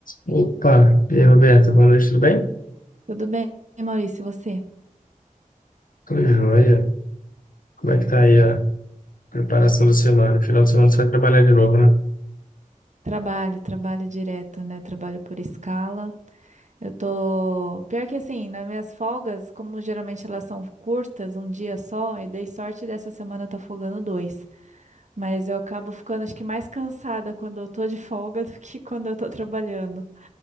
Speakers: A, on the left (about 75°); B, on the right (about 55°).
A: Opa, e aí, Roberto, boa noite, tudo bem?
B: Tudo bem, Maurício, e você?
A: Tudo jóia. Como é que tá aí a preparação da semana? Final de semana você vai trabalhar de novo, né?
B: Trabalho, trabalho direto, né? Trabalho por escala. Eu tô. Pior que assim, nas minhas folgas, como geralmente elas são curtas, um dia só, eu dei sorte dessa semana eu tá folgando dois. Mas eu acabo ficando, acho que, mais cansada quando eu tô de folga do que <laughs> quando eu tô trabalhando.